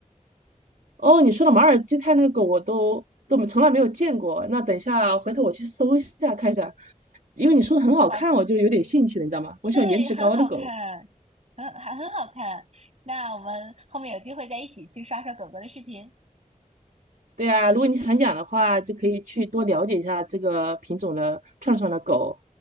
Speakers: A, on the right; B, on the right.
A: 哦，你说的马尔济泰那个狗我都都从来没有见过。那等一下回头我去搜一下看一下，因为你说的很好看，
B: 啊。
A: 我就有点兴趣了，你知道吗？我喜欢颜值高的狗。
B: 对，很好看，很还很好看。那我们后面有机会再一起去刷刷狗狗的视频。
A: 对呀，如果你想养的话，就可以去多了解一下这个品种的串串的狗，